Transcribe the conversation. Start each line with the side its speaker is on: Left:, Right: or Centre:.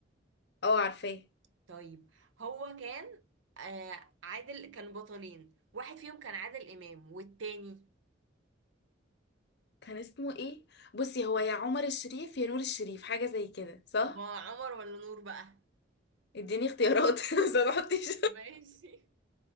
Left: اه عارفاه
Right: طيب هو كان آه عادل كانوا بطلين واحد فيهم كان عادل امام والتاني
Left: كان اسمه ايه بصي هو يا عمر الشريف يا نور الشريف حاجه زي كده صح
Right: ما عمر ولا نور بقى
Left: اديني اختيارات <laughs> بس ما تحطيش
Right: ماشي